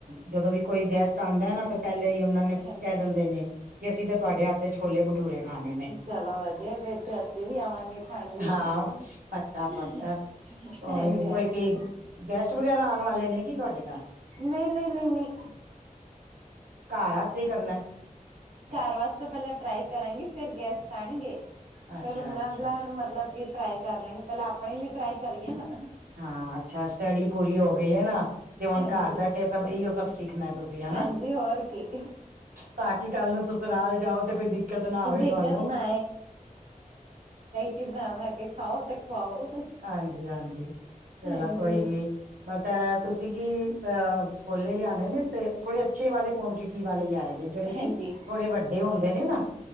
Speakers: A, on the right; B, on the right.
A: ਜਦੋਂ ਵੀ ਕੋਈ ਗੈਸਟ। ਆਉਂਦਾ ਨਾ ਤੇ ਪਹਿਲੇ ਹੀ ਉਹਨਾ ਨੂੰ
B: ਹਾਂਜੀ।
A: ਕਹਿ ਦਿੰਦੇ, ਨੇ ਕਿ ਅਸੀਂ ਤਾਂ ਤੁਹਾਡੇ ਹੱਥ ਦੇ ਛੋਲੇ ਭਟੂਰੇ। ਖਾਣੇ ਨੇ
B: ਚਲੋ ਵਧੀਆ, ਫੇਰ ਤੇ ਅਸੀਂ ਵੀ ਆਵਾਂਗੇ ਖਾਣ ਲਈ।
A: ਹਾਂ ਪੱਕਾ
B: ਹਾਂਜੀ-
A: ਪੱਕਾ ਕੋਈ ਨੀ ਕੋਈ
B: ਹਾਂਜੀ।
A: ਕੇ ਗੈਸਟ ਵਗੈਰਾ ਆਉਣ ਵਾਲੇ ਨੇ ਕੀ ਤੁਹਾਡੇ। ਘਰ
B: ਨਹੀਂ- ਨਹੀਂ, ਨਹੀਂ- ਨਹੀਂ।
A: ਘਰ ਆਸਤੇ ਕਰਨਾ ਐ?
B: ਘਰ ਵਾਸਤੇ ਪਹਿਲਾਂ ਟਰਾਈ ਕਰਾਂਗੇ ਫੇਰ ਗੈਸਟ ਆਉਣਗੇ। ਫੇਰ
A: ਅੱਛਾ
B: ਉਹਨਾਂ
A: ਅੱਛਾ
B: ਦਾ ਮਤਲਬ ਕਿ ਟਰਾਈ ਕਰ ਲੈਂਗੇ, ਪਹਿਲਾਂ ਆਪਣੇ ਲਈ ਟਰਾਈ ਕਰੀਏ ਨਾ।
A: ਹਾਂ, ਅੱਛਾ ਸਟੱਡੀ ਪੂਰੀ ਹੋ ਗਈ ਹੈ ਨਾ। ਤੇ ਹੁਣ
B: ਹਾਂਜੀ
A: ਘਰ ਬਹਿ ਕੇ ਸਭ ਇਓ ਸਭ ਸਿੱਖਣਾ ਤੁਸੀਂ ਹਨਾ
B: ਹਾਂਜੀ ਹੋਰ ਕੀ
A: ਤਾਂ ਕਿ। ਕੱਲ ਨੂੰ ਸਸੁਰਾਲ ਜਾਓ ਤੇ ਕੋਈ ਦਿੱਕਤ ਨਾ ਆਵੇ
B: ਦਿੱਕਤ
A: ਤੁਹਾਨੂੰ।
B: ਨਾ ਰੋਟੀ ਬਣਾ -ਬਣਾ ਕੇ ਖਾਓ ਤੇ ਖਵਾਓ।
A: ਹਾਂਜੀ- ਹਾਂਜੀ, ਚਲੋ
B: ਹਾਂਜੀ
A: ਕੋਈ ਨੀ। ਬਸ ਇਹ ਤੁਸੀਂ ਕੀ ਅ ਛੋਲੇ ਲਿਆਣੇ ਨੇ ਤੇ ਥੋੜੇ ਅੱਛੇ ਵਾਲੇ। ਕੁਆਂਟਿਟੀ ਵਾਲੇ ਆਏ ਗ ਜਿਹੜੇ
B: ਹਾਂਜੀ
A: ਕਿ
B: ਹਾਂਜੀ
A: ਥੋੜੇ ਵੱਡੇ ਹੁੰਦੇ ਨੇ ਨਾ।